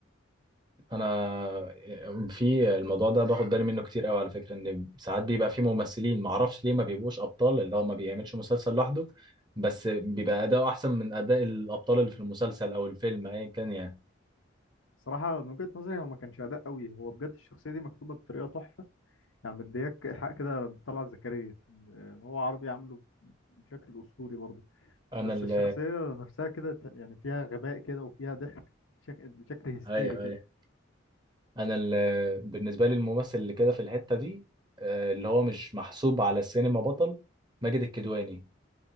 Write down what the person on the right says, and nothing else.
انا في الموضوع ده باخد بالي منه كتير قوي على فكره ان ساعات بيبقى في ممثلين ما اعرفش ليه ما بيبقوش ابطال اللي هو ما بيعملش مسلسل لوحده بس بيبقى اداؤه احسن من اداء الابطال اللي في المسلسل او الفيلم ايا كان يعني
انا
ال
ايوه
ايوه انا ال بالنسبه لي الممثل اللي كده في الحته دي آه، اللي هو مش محسوب على السينما بطل ماجد الكدواني